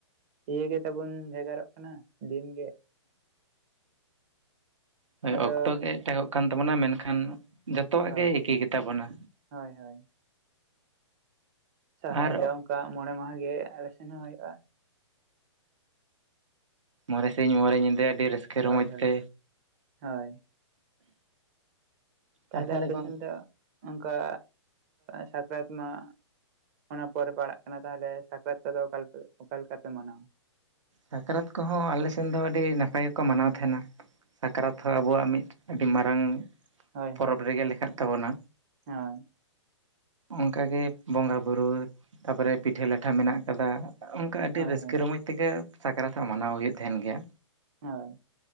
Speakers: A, on the right (about 35°); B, on the right (about 75°).
A: ᱤᱭᱟᱹ ᱜᱮ ᱛᱟᱵᱚᱱ ᱵᱷᱮᱜᱟᱨᱚᱜ ᱠᱟᱱᱟ ᱫᱤᱱᱜᱮ
B: ᱦᱮᱸ
A: ᱟᱫᱚ
B: ᱚᱠᱛᱚ ᱜᱮ ᱮᱴᱟᱠᱚᱜ ᱠᱟᱱ ᱛᱟᱵᱚᱱᱟ ᱢᱮᱱᱠᱷᱟᱱ ᱡᱚᱛᱚᱣᱟᱜ
A: ᱦᱳᱭ
B: ᱜᱮ ᱮᱠᱤ ᱜᱮᱛᱟ ᱵᱚᱱᱟ
A: ᱦᱳᱭ ᱦᱳᱭ ᱥᱚᱨᱦᱟᱭ
B: ᱟᱨ
A: ᱫᱚ ᱚᱱᱠᱟ ᱢᱚᱬᱮ ᱢᱟᱦᱟ ᱜᱮ ᱟᱞᱮ ᱥᱮᱱ ᱦᱚᱸ ᱦᱩᱭᱩᱜᱼᱟ᱾
B: ᱢᱚᱬᱮ ᱥᱤᱧ ᱢᱚᱬᱮ ᱧᱤᱫᱟᱹ ᱟᱹᱰᱤ ᱨᱟᱹᱥᱠᱟᱹ
A: ᱦᱳᱭ
B: ᱨᱚᱢᱚᱡᱽ
A: ᱦᱳᱭ
B: ᱛᱮ
A: ᱦᱳᱭ ᱛᱟᱦᱚᱞᱮ
B: ᱟᱨ
A: ᱟᱯᱮ
B: ᱜᱚᱝᱠᱮ
A: ᱥᱮᱱ ᱫᱚ ᱚᱱᱠᱟ ᱥᱟᱠᱨᱟᱛ ᱢᱟ ᱚᱱᱟ ᱯᱚᱨᱮ ᱯᱟᱲᱟᱜ ᱠᱟᱱᱟ ᱛᱟᱦᱚᱞᱮ ᱥᱟᱠᱨᱟᱛᱚ ᱫᱚ ᱚᱠᱟ ᱚᱠᱟᱞ ᱞᱮᱠᱟ ᱯᱮ ᱢᱟᱱᱟᱣᱟ?
B: ᱥᱟᱠᱨᱟᱛ ᱠᱚᱦᱚᱸ ᱟᱞᱮᱥᱮᱱ ᱫᱚ ᱟᱹᱰᱤ ᱱᱟᱯᱟᱭ ᱜᱮᱠᱚ ᱢᱟᱱᱟᱣ ᱛᱟᱦᱮᱱᱟ᱾ ᱥᱟᱠᱨᱟᱛ ᱦᱚᱸ ᱟᱵᱚᱣᱟᱜ ᱢᱤᱫ ᱟᱹᱰᱤ ᱢᱟᱨᱟᱝ
A: ᱦᱳᱭ
B: ᱯᱚᱨᱚᱵᱽ
A: ᱦᱳᱭ
B: ᱨᱮᱜᱮ ᱞᱮᱠᱷᱟᱜ ᱛᱟᱵᱚᱱᱟ᱾
A: ᱦᱳᱭ
B: ᱚᱱᱠᱟᱜᱮ ᱵᱚᱸᱜᱟ ᱵᱩᱨᱩ ᱛᱟᱯᱚᱨᱮ ᱯᱤᱴᱷᱟᱹ ᱞᱟᱴᱷᱟ ᱢᱮᱱᱟᱜ ᱠᱟᱫᱟ ᱟᱹᱰᱤ
A: ᱦᱳᱭ
B: ᱨᱟᱹᱥᱠᱟᱹ
A: ᱦᱳᱭ
B: ᱨᱚᱢᱚᱡᱽ ᱛᱮᱜᱮ ᱥᱟᱠᱨᱟᱛ ᱢᱟᱱᱟᱣ ᱦᱩᱭᱩᱜ ᱛᱟᱦᱮᱱ ᱜᱮᱭᱟ᱾
A: ᱦᱳᱭ